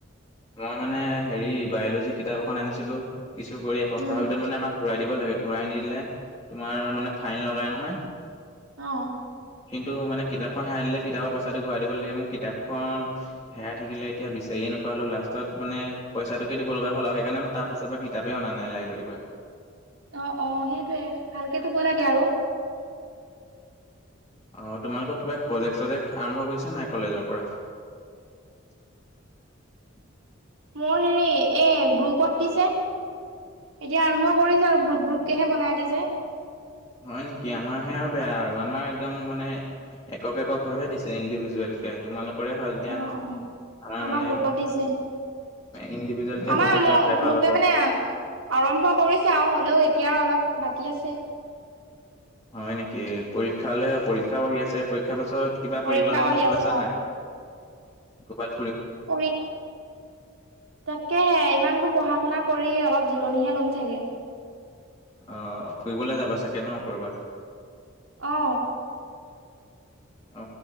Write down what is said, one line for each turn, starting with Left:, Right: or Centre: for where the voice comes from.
Left: মই মানে হেৰি বায়লজি কিতাপ এখন আনিছিলো ইছু কৰি এসপ্তাহৰ
Right: উম
Left: ভিতৰত মানে আমাৰ ঘূৰাই দিব লাগে ঘূৰাই নিদিলে তোমাৰ মানে ফাইন লগাই নহয়।
Right: অ।
Left: কিন্তু মানে কিতাপখন হেৰাই দিলে কিতাপৰ পইচাটো ঘূৰা দিব লাগে মোৰ কিতাপখন হেৰাই থাকিলে এতিয়া বিচাৰিয়ে না পালো, লাষ্টত মানে পইচাটোকে দিব লগা হ'ল আৰু সেইকাৰণে মই তাৰ পাছৰ পৰা কিতাপেই অনা নাই লাইব্ৰেৰীৰ পৰা।
Right: অ অ সেইটোয়ে ভালকে থব লাগে আৰু।
Left: অ তোমালোকৰ কিবা প্ৰজেক্ট-চজেক্ট আৰম্ভ কৰিছা নাই কলেজৰ পৰা? <inaudible>
Right: মোৰ হেৰি এই গ্ৰুপত দিছে। এতিয়া আৰম্ভ কৰিছো আৰু গ্ৰুপ গ্ৰুপকেহে বনাই দিছে।
Left: হয় নিকি? আমাৰ হে আৰু বেয়া আৰু আমাৰ একদম মানে একক একক ভাৱে দিছে ইণ্ডিভিজুৱেল কে তোমালোকৰে ভাল দিয়া
Right: অ
Left: আমাৰ
Right: অ। আমাৰ
Left: মানে
Right: গ্ৰুপত দিছে।
Left: ইণ্ডিভিজুৱেল কে
Right: আমাৰ
Left: প্ৰজেক্টৰ
Right: ম
Left: ভাল
Right: গ্ৰুপে
Left: হ'ব
Right: মানে আৰম্ভ কৰিছে আৰু হ'লেও এতিয়া অলপ বাকী আছে।
Left: হয় নিকি পৰীক্ষালে পৰীক্ষাও আহি আছে পৰীক্ষাৰ পাছত কিবা
Right: পৰীক্ষাও
Left: পৰিকল্পনা
Right: আহি
Left: চলাইছা
Right: আছে অ
Left: নাই? ক'বাত
Right: পৰী তাকেহে ইমানবোৰ পঢ়া-শুনা কৰি অলপ জিৰণিহে ল'ম চাগে।
Left: অ ফুৰিবলে যাবা চাগে ন ক'ৰবাত?
Right: অ।
Left: অ